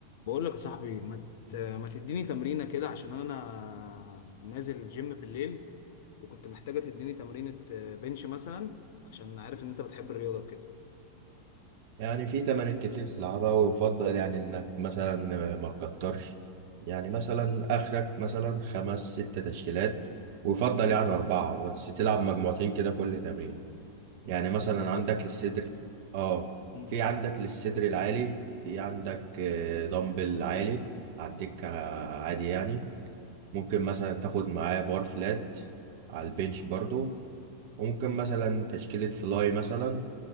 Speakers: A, on the left (about 50°); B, on the right (about 50°).
A: بقول لك يا صاحبي ما ت- ما تديني تمرينة كده عشان انا نازل الجيم بالليل وكنت محتاجة تديني تمرينة بنش مثلا عشان عارف ان انت بتحب الرياضة وكده
B: يعني في تمارين كتير تلعبها ويفضل يعني انك مثلا ما تكترش يعني مثلا اخرك مثلا خمس ست تشكيلات ويفضل يعني اربعة بس تلعب مجموعتين كده كل تمرين يعني مثلا عندك
A: بس
B: للصدر اه
A: مم.
B: في عندك للصدر العالي في عندك آه، دمبل عالي على الدكة عادي يعني ممكن مثلا تاخد معاه بار فلات على البنش برضو وممكن مثلا تشكيلة فلاي مثلا